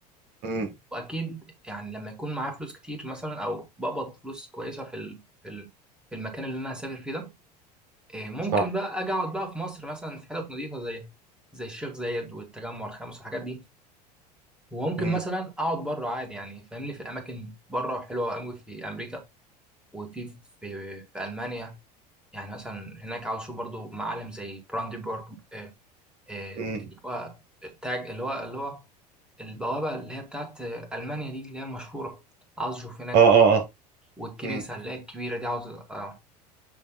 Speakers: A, on the right; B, in the centre.
A: امم
B: واكيد يعني لما يكون معايا فلوس كتير مثلا او بقبض فلوس كويسه في ال- في ال- في المكان اللي انا هسافر فيه ده إيه، ممكن
A: صح
B: بقى اجي اقعد بقى في مصر مثلا في حتت نظيفه زي زي الشيخ زايد والتجمع الخامس والحاجات دي وممكن
A: امم
B: مثلا اقعد بره عادي يعني فاهمني في الاماكن بره حلوه قوي في امريكا وفي في, في المانيا يعني مثلا هناك عاوز اشوف برضو معالم زي براندنبورغ آه، آه،
A: امم
B: اللي هو التاج اللي هو اللي هو البوابه اللي هي بتاعت آه، المانيا دي اللي هي المشهوره عاوز اشوف هناك
A: اه اه اه
B: والكنيسه
A: امم
B: اللي هي الكبيره دي عاوز آه،